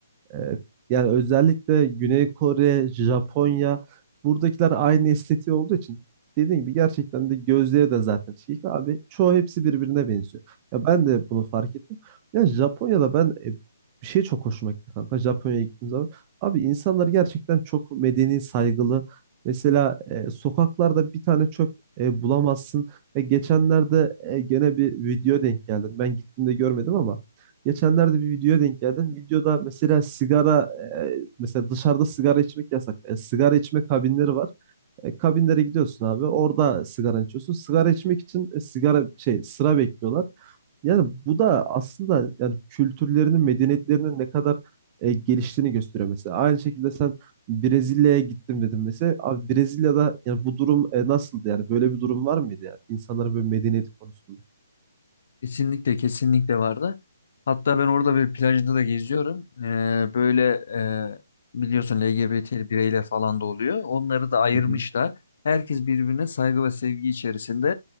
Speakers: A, on the right (about 25°); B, on the left (about 55°).
A: Ee, Yani özellikle Güney Kore, Japonya buradakiler aynı estetiği olduğu için dediğim gibi gerçekten de gözleri de zaten çekik abi. Çoğu hepsi birbirine benziyor. Ya ben de bunu fark ettim. Ya Japonya'da ben e, bir şey çok hoşuma gitti kanka. Japonya'ya gittiğim zaman abi insanlar gerçekten çok medeni, saygılı. Mesela e, sokaklarda bir tane çöp e, bulamazsın. E, geçenlerde e, gene bir video denk geldim. Ben gittiğimde görmedim ama Geçenlerde bir videoya denk geldim. Videoda mesela sigara, e, mesela dışarıda sigara içmek yasak. E, sigara içme kabinleri var. E, kabinlere gidiyorsun abi. Orada sigara içiyorsun. Sigara içmek için e, sigara şey sıra bekliyorlar. Yani bu da aslında yani kültürlerinin, medeniyetlerinin ne kadar e, geliştiğini gösteriyor mesela. Aynı şekilde sen Brezilya'ya gittim dedim mesela. Abi Brezilya'da yani bu durum e, nasıldı yani? Böyle bir durum var mıydı yani? İnsanların böyle medeniyeti konusunda.
B: Kesinlikle kesinlikle vardı. Hatta ben orada bir plajda da geziyorum. Ee, böyle e, biliyorsun LGBT bireyler falan da oluyor. Onları da ayırmışlar.
A: Hı
B: Herkes birbirine saygı ve sevgi içerisinde